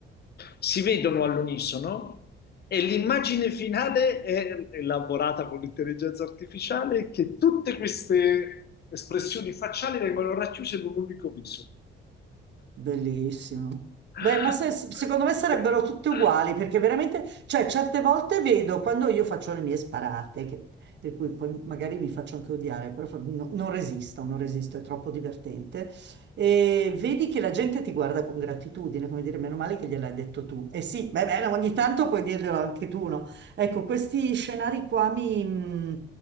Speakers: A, on the left; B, on the right.
A: si vedono all'unisono e l'immagine finale è elaborata con l'intelligenza artificiale che tutte queste espressioni facciali vengono racchiuse in un unico viso.
B: Bellissimo.
A: <laughs>
B: Beh, ma se- se- secondo me sarebbero tutte uguali perché veramente, cioè, certe volte vedo quando io faccio le mie sparate, che- per cui poi magari mi faccio anche odiare, però fa- no- non resisto, non resisto, è troppo divertente. E vedi che la gente ti guarda con gratitudine, come dire, meno male che gliel'hai detto tu. E sì, beh, beh, ogni tanto puoi dirglielo anche tu, no? Ecco, questi scenari qua mi, mm,